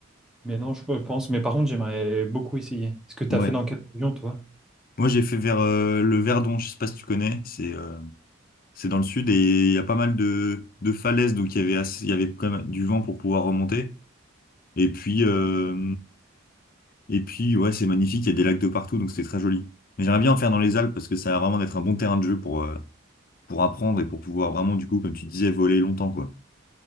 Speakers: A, in the centre; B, on the left.
A: Mais non, je pense, mais par contre j'aimerais beaucoup essayer. Ce que tu
B: Ouais.
A: as fait dans quelle région toi?
B: Moi, j'ai fait vers euh, le Verdon, je sais pas si tu connais, c'est euh, c'est dans le sud et il y a pas mal de, de falaises, donc il y avait assez- il y avait quand même du vent pour pouvoir remonter. Et puis, euh, et puis ouais, c'est magnifique, il y a des lacs de partout, donc c'était très joli. Mais j'aimerais bien en faire dans les Alpes parce que ça a vraiment d'être un bon terrain de jeu pour, euh, pour apprendre et pour pouvoir vraiment, du coup, comme tu disais, voler longtemps, quoi.